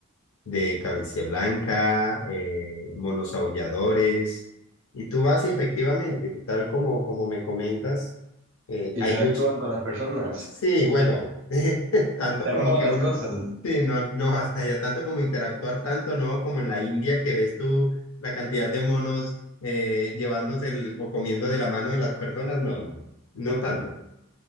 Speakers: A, on the left (about 75°); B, on the right (about 60°).
A: de cabecilla blanca, eh, monos aulladores. Y tú vas y efectivamente, tal como, como me comentas, eh,
B: Interactúan
A: hay mucho...
B: con las personas,
A: Sí, bueno, <laughs> tanto
B: te
A: como
B: roban
A: que
B: las
A: uno...
B: cosas.
A: Sí, no, no, hasta allá tanto como interactuar, tanto no como en la India que ves tú la cantidad de monos eh, llevándose el- o comiendo de la mano de las personas, no, no, no tanto